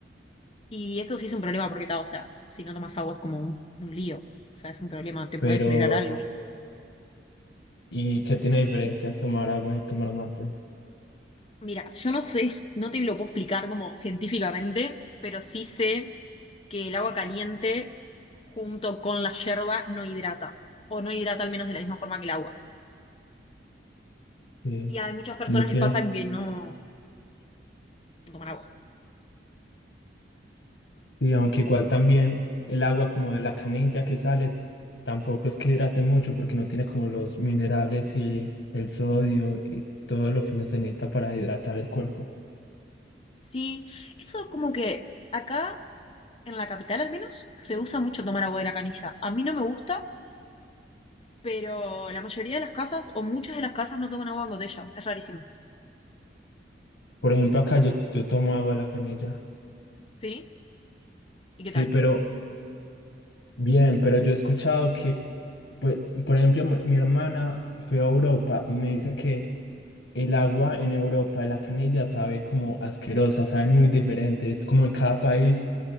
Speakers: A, on the left (about 30°); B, on the left (about 75°).
A: Y eso sí es un problema porque, ta, o sea, si no tomas agua es como un, un lío. O sea, es un problema, te puede
B: Pero,
A: generar algo.
B: ¿y qué tiene diferencia tomar agua y tomar mate?
A: Mira, yo no sé, si- no te lo puedo explicar como científicamente, pero sí sé que el agua caliente junto con la yerba no hidrata, o no hidrata al menos de la misma forma que el agua.
B: Sí.
A: Y a muchas personas
B: No tiene
A: les pasa que no no toman agua.
B: Y aunque igual también el agua como de la canilla que sale, tampoco es que hidrate mucho porque no tiene como los minerales y el sodio y todo lo que uno se necesita para hidratar el cuerpo.
A: Sí, eso como que acá en la capital al menos se usa mucho tomar agua de la canilla. A mí no me gusta, pero la mayoría de las casas o muchas de las casas no toman agua en botella. Es rarísimo.
B: Por ejemplo, acá yo, yo tomo agua de la canilla.
A: ¿Sí? ¿Y qué
B: Sí,
A: tal?
B: pero bien, pero yo he escuchado que, pues, por ejemplo, mi mi hermana fue a Europa y me dice que el agua en Europa de la canilla sabe como asquerosa, sabe muy diferente. Es como en cada país